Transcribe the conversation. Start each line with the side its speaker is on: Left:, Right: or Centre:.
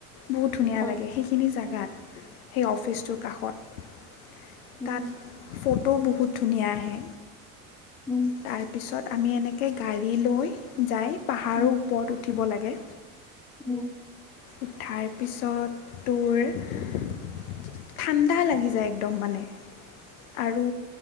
Left: বহুত ধুনীয়া
Centre: অ',
Left: লাগে সেইখিনি জাগাত। সেই অফিচটোৰ কাষত।
Centre: উম,
Left: তাত ফ ফটো বহুত ধুনীয়া আহে।
Centre: উম,
Left: তাৰপিছত আমি এনেকে তাকে গাড়ী লৈ যায় পাহাৰৰ
Centre: উম,
Left: ওপৰত উঠিব লাগে।
Centre: উম
Left: উঠাৰ পিছত তোৰ ঠাণ্ডা লাগি যায় একদম মানে। আৰু